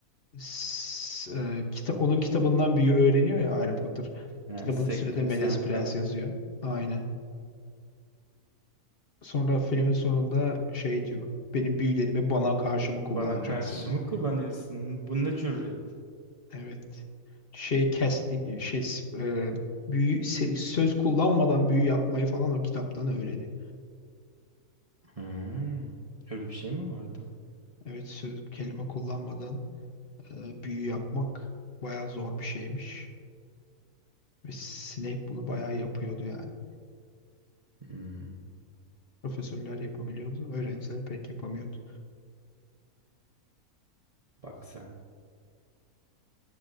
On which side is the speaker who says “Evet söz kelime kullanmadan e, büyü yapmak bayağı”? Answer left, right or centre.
Left